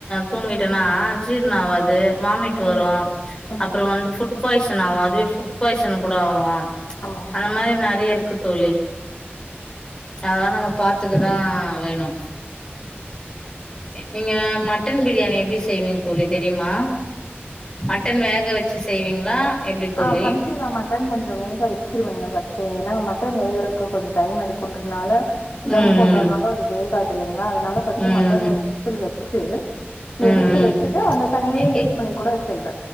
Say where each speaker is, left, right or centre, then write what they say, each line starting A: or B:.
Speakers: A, on the left; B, on the left.
A: தூங்கிட்டேனா ஜீர்ண ஆவாது வாமிட் வரு
B: ம் ம்
A: அப்றோ வந்து ஃபுட் பாய்சன் ஆவு அதுவே ஃபுட் பாய்சன் கூட ஆவு
B: ஆமாங்க
A: அந்த
B: தோழி
A: மாரி நெறய இருக்கு தோழி அதெல்லா நம்ம பாத்துக்க தா வேணு
B: உம்ம்
A: நீங்க மட்டன் பிரியாணி எப்டி செய்வீங்க தோழி தெரியுமா மட்டன் வேகவச்சு செய்வீங்களா எப்டி தோழி?
B: ஆ ஃபஸ்டு நா மட்டன் கொஞ்சோ வேக வச்சிருவேங்க பஸ் ஏன்னா மட்டன் வேகுறதுக்கு கொ கொஞ்ச டைம் எடுக்குன்றதுனால தம்
A: ம்,
B: போட்டனால
A: ம்.
B: அது வேக இல்லலைங்களா அதனால ஃபர்ஸ்டு
A: ம்,
B: மட்டன்
A: ம்.
B: ஒரு விசில் வச்சு <unintelligible>
A: ம்,
B: எடுத்து
A: ம்.
B: வச்சிட்டு அந்த தண்ணியே யூஸ்
A: எ
B: பண்ணி கூட செய்வே